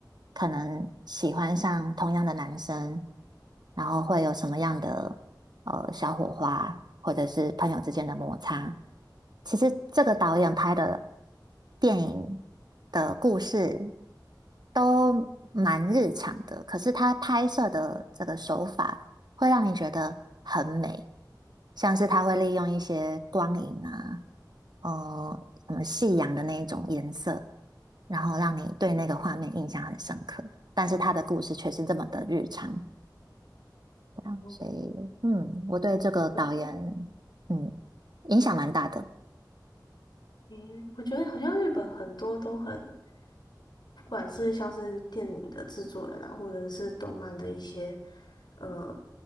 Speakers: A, on the right (about 65°); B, on the left (about 65°).
A: 可能喜欢上同样的男生，然后会有什么样的？呃小火花，或者是朋友之间的摩擦。其实这个导演拍的电影的故事都蛮日常的，可是他拍摄的这个手法会让你觉得很美，像是他会利用一些光影啊，呃，什么夕阳的那一种颜色，然后让你对那个画面印象很深刻。但是他的故事却是这么的日常，啊所以嗯，
B: 哦，哦
A: 我对这个导演嗯影响蛮大的。
B: 我觉得嗯，我觉得好像日本很多都很，不管是像是电影的制作人啊，或者是动漫的一些呃